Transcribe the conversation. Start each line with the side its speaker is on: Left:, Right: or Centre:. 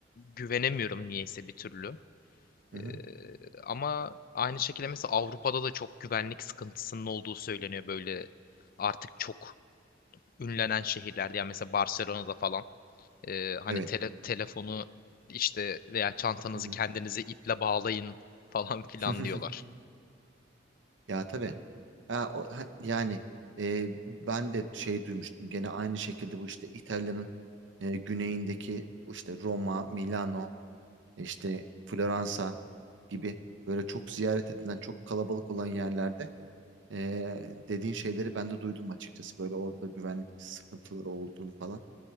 Left: güvenemiyorum niyeyse bir türlü.
Right: hı
Left: Eee,
Right: hı.
Left: ama aynı şekilde mesela Avrupa'da da çok güvenlik sıkıntısının olduğu söyleniyor böyle artık çok ünlenen şehirlerde yani mesela Barcelona'da falan eee, hani
Right: Evet.
Left: tele- telefonu işte veya çantanızı
Right: Hı hı.
Left: kendinize iple bağlayın falan filan
Right: <laughs>
Left: diyorlar.
Right: Ya tabii. Ha, o, ha- yani e, ben de şey duymuştum. Gene aynı şekilde bu işte İtalya'nın e, güneyindeki işte Roma, Milano, işte Floransa gibi böyle çok ziyaret edilen, çok kalabalık olan yerlerde e, dediğin şeyleri ben de duydum açıkçası. Böyle orada da güvenlik sıkıntıları olduğunu falan.